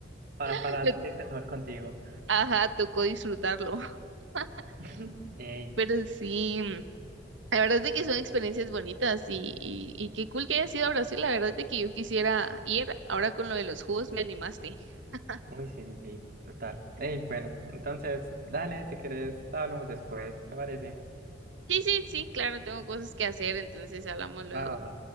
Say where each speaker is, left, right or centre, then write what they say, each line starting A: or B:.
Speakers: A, on the right; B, on the right.
A: para,
B: <laughs>
A: para
B: Le-
A: sentirte mejor contigo.
B: Ajá, tocó disfrutarlo. <laughs>
A: <laughs> Ey.
B: Pero sí, la verdad es de que son experiencias bonitas y, y, y qué cool que hayas ido a Brasil. La verdad es de que yo quisiera ir. Ahora con lo de los jugos me animaste. <laughs>
A: Uy, sí, sí, sí. Brutal. Ey, bueno. Entonces, dale, si quieres, hablamos después. ¿Te parece?
B: Sí, sí, sí, claro, tengo cosas que hacer, entonces hablamos luego.
A: Va, va, va.